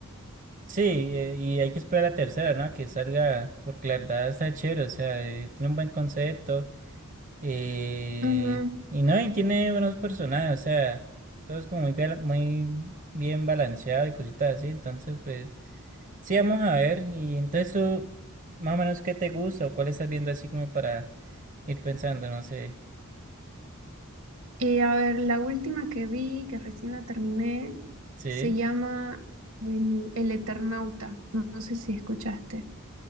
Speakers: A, on the right (about 35°); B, on the right (about 65°).
A: Sí, eh, y hay que esperar la tercera, ¿no? A que salga, porque la verdad está chévere, o sea, eh, tiene un buen concepto. Eh,
B: Ujú.
A: y no, y tiene buenos personajes, o sea, todo es como muy, bal- muy bien balanceado y cositas así, entonces pues sí, vamos a ver, y entonces tú, más o menos, ¿qué te gusta o cuál estás viendo así como para ir pensando, no sé,
B: Eh, a ver, la última que vi, que recién la terminé,
A: sí,
B: se llama El, El Eternauta. No, no sé si escuchaste.